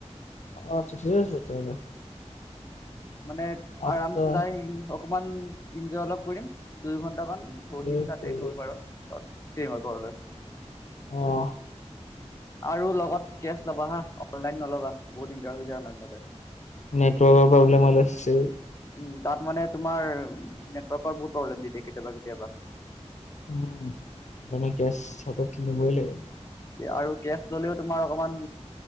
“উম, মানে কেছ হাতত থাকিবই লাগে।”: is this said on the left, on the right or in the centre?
Left